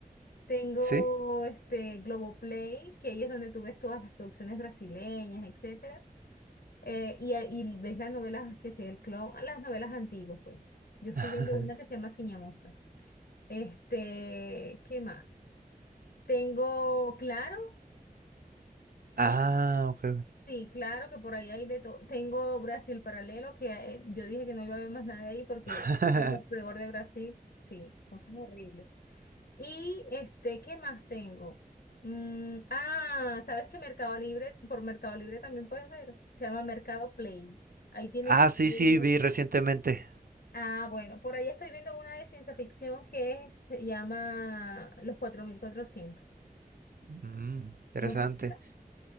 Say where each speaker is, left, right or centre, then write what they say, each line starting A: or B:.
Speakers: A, on the left (about 65°); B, on the right (about 65°).
A: Tengo
B: ¿Sí?
A: este Globoplay, que ahí es donde tú ves todas las producciones brasileñas, etcétera. Eh, y, a- y ves las novelas que sea el clon, las novelas antiguas, pues. Yo estoy
B: <laughs>
A: viendo una que se llama Ciñamosa. Este, ¿qué más? Tengo Claro
B: Ah,
A: y
B: ok.
A: sí, claro que por ahí hay de todo. Tengo Brasil Paralelo, que eh, yo dije que no iba a haber más nada ahí porque
B: <laughs>
A: era lo peor de Brasil. Sí, cosas horribles. Y este, ¿qué más tengo? Mm, ah, ¿sabes que Mercado Libre, por Mercado Libre también puedes ver? Se llama Mercado Play. Ahí tienes
B: Ah, sí,
A: series.
B: sí, vi recientemente.
A: Ah, bueno, por ahí estoy viendo una de ciencia ficción que se llama Los cuatro mil cuatrocientos
B: Mm, interesante.
A: ¿No te suena?